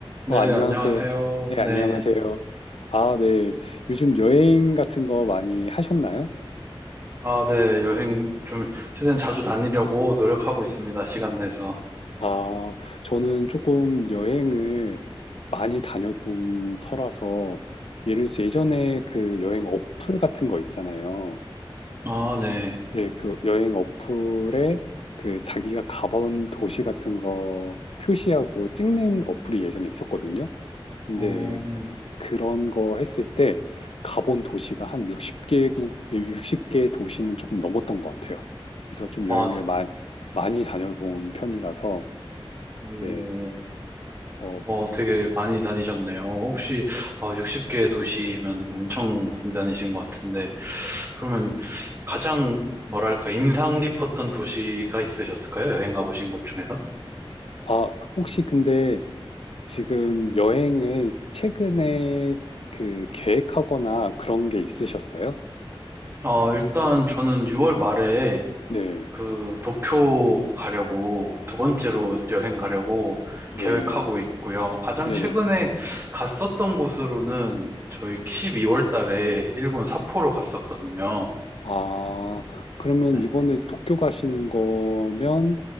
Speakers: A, on the left; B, on the right.
A: 어,
B: 네,
A: 안녕하세요.
B: 안녕하세요.
A: 네, 안녕하세요.
B: 네.
A: 아, 네. 요즘 여행 같은 거 많이 하셨나요?
B: 아, 네. 여행 좀 최대한 자주 다니려고 노력하고 있습니다. 시간 내서.
A: 아, 저는 조금 여행을 많이 다녀본 터라서 예를 들어서 예전에 그 여행 어플 같은 거 있잖아요.
B: 아, 네.
A: 네, 그 여행 어플에 그 자기가 가본 도시 같은 거 표시하고 찍는 어플이 예전에 있었거든요. 네,
B: 어,
A: 그런 거 했을 때 가본 도시가 한 60개국, 육십 개 도시는 조금 넘었던 것 같아요. 그래서 좀
B: 아,
A: 여행을 많, 많이 다녀본 편이라서,
B: 어,
A: 네. 어,
B: 어, 되게 많이 다니셨네요. 혹시 아, 60개 도시면 엄청 많이 다니신 것 같은데, 그러면 가장 뭐랄까 인상 깊었던 도시가 있으셨을까요? 여행 가보신 곳 중에서?
A: 아, 혹시 근데 지금 여행을 최근에 그 계획하거나 그런 게 있으셨어요?
B: 어, 일단 저는 6월 말에
A: 네,
B: 그 도쿄 가려고 두 번째로 여행 가려고
A: 네,
B: 계획하고 있고요. 가장
A: 네네.
B: 최근에 갔었던 곳으로는 저희 12월 달에 일본 삿포로 갔었거든요.
A: 아, 그러면
B: 네.
A: 이번에 도쿄 가시는 거면